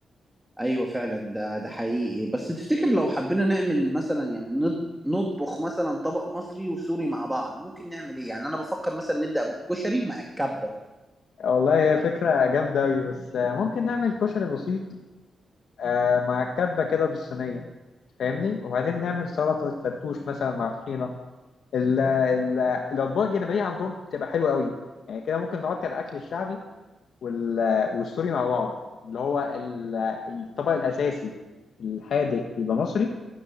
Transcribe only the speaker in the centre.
ايوه فعلا ده ده حقيقي بس تفتكر لو حبينا نعمل مثلا يعني نط- نطبخ مثلا طبق مصري وسوري مع بعض ممكن نعمل ايه يعني انا بفكر مثلا نبدأ بالكشري مع الكبة